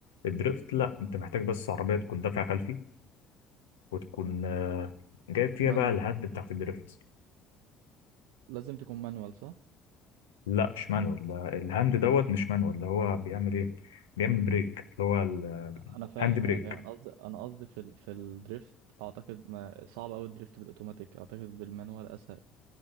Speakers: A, on the left; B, on the right.
A: الدريفت لا أنت محتاج بس عربية تكون دافع خلفي وتكون آه، جايب فيها
B: مانوال
A: بقى الهد بتاعت الدريفت
B: لازم تكون مانوال صح
A: لا مش مانوال ده الهاند دوت مش مانوال ده هو بيعمل ايه بيعمل بريك اللي هو الهاند
B: انا فاهم
A: بريك
B: انا فاهم انا قصدي انا قصدي في ال... في الدريفت اعتقد ما صعب قوي الدريفت بالاوتوماتيك اعتقد بالمانوال اسهل